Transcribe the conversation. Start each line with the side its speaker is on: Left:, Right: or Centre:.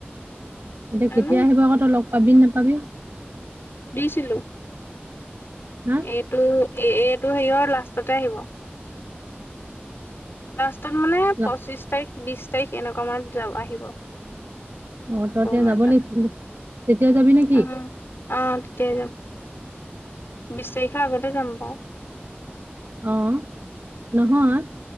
Right: এতিয়া
Left: জানো
Right: কেতিয়া আহিব আকৌ তই লগ পাবি নেপাবি
Left: দিছিলো
Right: উ
Left: এইটো এ এইটো সেৰিয়ৰ লাষ্টতে আহিব লাষ্টত মানে
Right: লা-
Left: পঁচিশ তাৰিখ বিশ তাৰিখ এনেকুৱা মানত যা আহিব
Right: অ ত এতিয়া
Left: মানে
Right: যাব
Left: তাত
Right: লাগিছিলে তেতিয়া যাবি নেকি
Left: উম অ তেতিয়াই যাম বিশ তাৰিখৰ আগতে যাম বাউ
Right: অ নহয়